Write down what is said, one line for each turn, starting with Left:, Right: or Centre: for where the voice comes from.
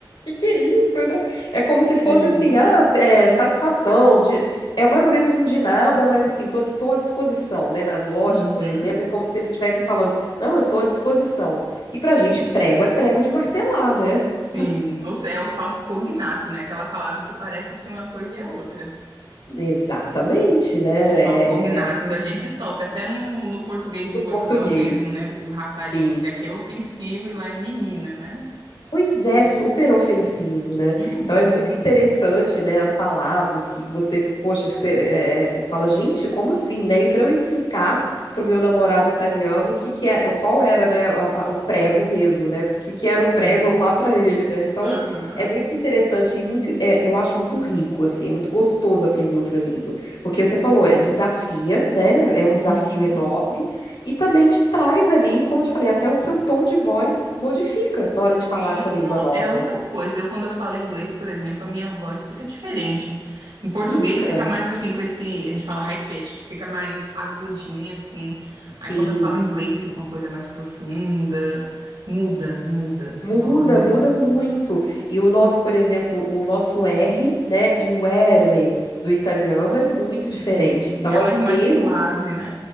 Left: Que que é isso, né? É como se fosse
Right: sim.
Left: assim, ah, é, satisfação, de, é mais ou menos um de nada, mas assim, tô, tô à disposição, né? Nas lojas,
Right: Uhum.
Left: por exemplo, é como se eles estivessem falando, não, eu tô à disposição. E pra gente, prego é prego de martelar, né? <laughs>
Right: Sim, ou seja, é o falso cognato, né? Aquela palavra que parece ser uma coisa e é outra.
Left: Exatamente, né? É,
Right: Esses falsos cognatos
Left: é- é
Right: a gente sofre, até no, no português de
Left: do
Right: Portugal
Left: português.
Right: mesmo, né? O, o rapariga,
Left: Sim.
Right: que aqui é ofensivo e lá é menina, né?
Left: Pois é, super ofensivo, né?
Right: Uhum.
Left: Então é muito interessante, né, as palavras que você, poxa, você é, fala, gente, como assim, né? E para eu explicar pro meu namorado italiano o que que é, qual era, né, a pa- o prego mesmo, né? Porque que era o prego
Right: Sim.
Left: lá para ele, né? Então
Right: Aham.
Left: é muito interessante e muito, é, eu acho muito rico, assim, é muito gostoso aprender outra língua, porque você falou, é desafia, né? É um desafio
Right: Uhum.
Left: enorme. E também te traz ali, como eu te falei, até o seu tom de voz modifica na hora de falar
Right: Sim,
Left: essa língua
Right: não,
Left: nova.
Right: é outra coisa. Eu, quando eu falo inglês, por exemplo, a minha voz fica diferente. Em português
Left: Fica,
Right: fica mais assim, com esse, a gente fala high pitched, fica mais agudinha, assim.
Left: sim.
Right: Aí quando eu falo inglês, fica uma coisa mais profunda. Muda, muda.
Left: Muda,
Right: Nossa, muda.
Left: muda muito. E o nosso, por exemplo, o nosso R, né, e o R do italiano é muito diferente.
Right: Sim.
Left: Então,
Right: É um
Left: às
Right: R mais
Left: vezes,
Right: suave, né?